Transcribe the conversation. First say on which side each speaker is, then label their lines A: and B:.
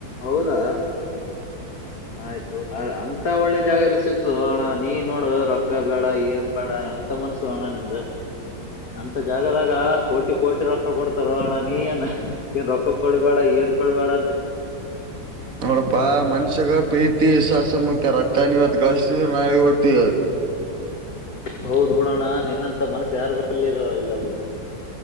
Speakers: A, on the left; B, on the right.
A: ಹೌದಾ ಆಯ್ತು ಅಂತ ಒಳ್ಳೆ ಜಾಗ ಎಲ್ಲ ಸಿಕ್ತದೆ ಅಣ ನೀ ನೋಡ ರೊಕ್ಕ ಬೇಡ ಏನ್ ಬೇಡ ಎಂತ ಮನ್ಸು ಕಾಣನ್ ಎಿಂದ ಅಂತ ಜಾಗದಾಗ ಕೋಟಿ ಕೋಟಿ ರೊಕ್ಕ ಕೊಡ್ತಾರ ಅಣ್ಣ ನೀ ನ್ ಏನ್ ರೊಕ್ಕ ಕೊಡ್ಬೇಡ ಏನ್ ಕೊೊಳ್ಳವಾಡ
B: ನೋಡಪಾ ಮನ್ಷ್ಯಗ ಪ್ರೀತಿ ವಿಷವಸ್ ಮುಕ್ ರಕ್ಕ ನೀವತ್ ಗಳ್ಸತ್ತಿ ನಾಳೆಗೆಗೆ ೋಟ್ಟಾರೆ
A: ಹೌದ್ಬುಡೋಣ್ಣ ನಿನ್ನಂತ ಮನಸ್ಸು ಯಾರ ಬಲ್ಲಿರ ಇಲ್ಲ ಬಿುಡ